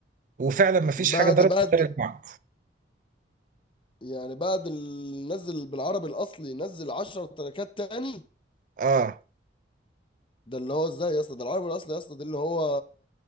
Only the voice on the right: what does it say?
وفعلا ما فيش
حاجه ضربت
غير الوعد
اه